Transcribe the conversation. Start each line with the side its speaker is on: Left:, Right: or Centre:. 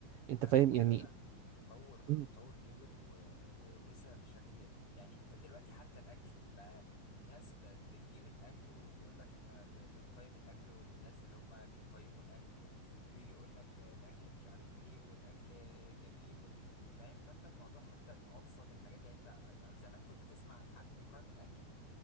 Right: انت
Left: لا
Right: فاهم
Left: هو
Right: يعني
Left: فعلا التطور
Right: مم.
Left: التطور كبر و- ووسع بشكل يعني انت دلوقتي حتى الاكل بقى الناس بقت بتجيب الاكل وتقول لك احنا ب- بنقيم الاكل والناس اللي هم بيقيموا الاكل و- ويجي يقول لك الاكل مش عارف ايه والاكل جميل فاهم فانت الموضوع حتى الابسط الحاجات يعني انت زمان كنت تسمع عن حد بيقيم الاكل